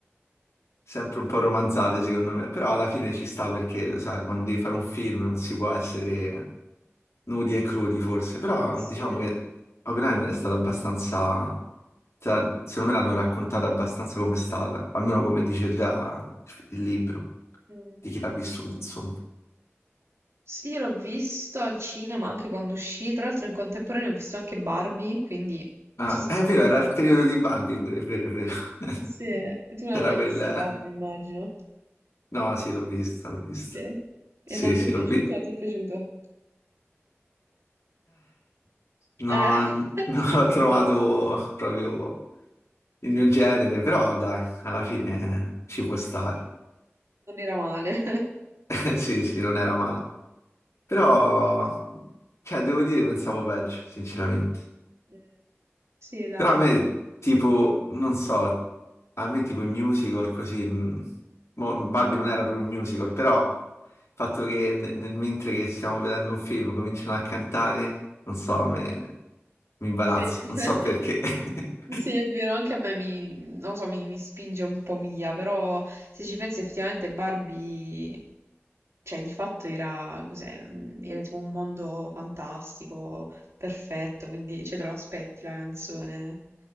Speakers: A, on the left; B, on the right.
A: sempre un po' romanzate secondo me, però alla fine ci sta perché, lo sai, quando devi fare un film non si può essere nudi e crudi forse, però
B: Sì.
A: diciamo che Oppenheimer è stata abbastanza, cioè, secondo me l'hanno raccontata abbastanza come è stata, almeno come dice già il libro,
B: Mm.
A: di chi l'ha vissuto, insomma.
B: Sì, io l'ho visto al cinema anche quando uscì. Tra l'altro in contemporanea ho visto anche Barbie, quindi...
A: Ah,
B: Ci sono
A: è
B: un periodo.
A: vero, era il periodo di Barbie pure, è vero, è vero. <laughs>
B: Sì, e tu non
A: C'era
B: l'hai
A: quel...
B: vista Barbie, immagino.
A: No, sì, l'ho visto, l'ho visto.
B: Sì. E
A: Sì,
B: non ti
A: sì,
B: è piaciuto
A: l'ho visto.
B: o ti è piaciuto?
A: No,
B: Eh, <laughs>
A: non l'ho trovato proprio il mio genere, però dai, alla fine ci può stare.
B: non era male.
A: <laughs> Sì, sì, non era male. Però, cioè, devo dire, pensavo peggio, sinceramente.
B: Eh, Sì, dai.
A: Però a me,
B: dai.
A: tipo, non so, a me tipo i musical così... mh, mo Barbie non era proprio un musical, però il fatto che ne- nel mentre che stiamo vedendo un film cominciano a cantare, non so, a me mi imbarazzo,
B: Sì. <laughs>
A: non so perché. <laughs>
B: Sì, è vero, anche a me mi, non lo so, mi, mi spinge un po' via, però se ci pensi effettivamente Barbie, cioè di fatto era, cos'era? Mm, Era tipo un mondo fantastico, perfetto, quindi cioè, te lo aspetti la canzone.